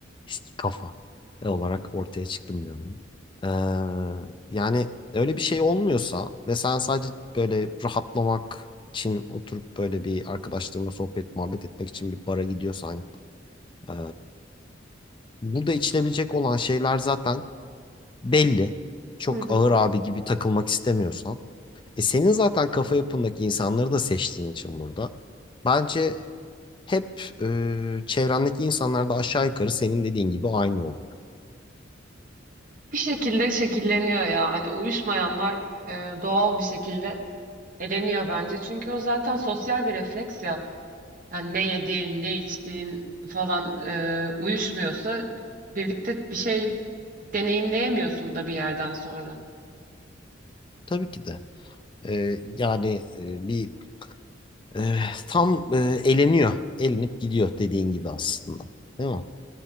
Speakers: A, on the left; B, on the right.
A: eski kafa olarak ortaya çıktım diyorum Ee, yani öyle bir şey olmuyorsa ve sen sadece böyle rahatlamak için oturup böyle bir arkadaşlarımla sohbet muhabbet etmek için bir bara gidiyorsan ee, burada içilebilecek olan şeyler zaten belli çok
B: Hı hı.
A: ağır abi gibi takılmak istemiyorsan E senin zaten kafa yapındaki insanları da seçtiğin için burada. Bence hep e, çevrendeki insanlar da aşağı yukarı senin dediğin gibi aynı oluyor.
B: Bir şekilde şekilleniyor ya hani uyuşmayanlar e, doğal bir şekilde eleniyor bence. Çünkü o zaten sosyal bir refleks ya. Yani ne yediğin, ne içtiğin falan e, uyuşmuyorsa birlikte bir şey deneyimleyemiyorsun da bir yerden sonra.
A: Tabii ki de. E, yani e, bir e, tam e, eleniyor. Elenip gidiyor dediğin gibi aslında. Değil mi?